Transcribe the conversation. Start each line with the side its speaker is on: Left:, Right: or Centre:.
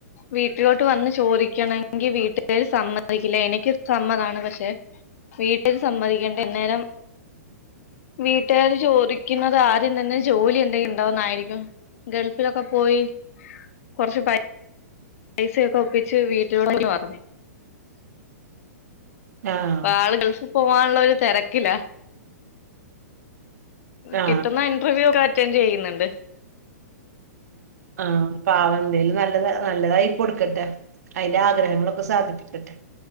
Left: വീട്ടിലോട്ട് വന്ന് ചോദിക്കണങ്കിൽ വീട്ടിക്കാര് സമ്മതിക്കില്ല, എനിക്ക് സമ്മതാണ് പക്ഷെ വീട്ടിൽ സമ്മതിക്കേണ്ടെ അന്നേരം വീട്ടുകാര് ചോദിക്കുന്നത് ആദ്യം തന്നെ ജോലി എന്തേ ണ്ടോ ന്നാരിക്കും ഗൾഫിലൊക്കെ പോയി കൊറച്ച് പൈ പൈസക്കെ ഒപ്പിച്ച് വീട്ടിലോടെപറഞ്.
Right: ആഹ്
Left: പ്പൊ ആള് ഗൾഫിൽ പോവാനുള്ള ഒരുതെരക്കില്ല
Right: ആ
Left: കിട്ടുന്ന ഇന്റർവ്യൂ ഒക്കെ അറ്റൻഡ് ചെയ്യ്‌ന്ന്‌ണ്ട്
Right: ആഹ് പാവ എന്തേലും നല്ലത് നല്ലതായി കൊടുക്കട്ടെ അയിന്റെ ആഗ്രഹങ്ങളൊക്കെ സാധിപ്പിക്കട്ടെ.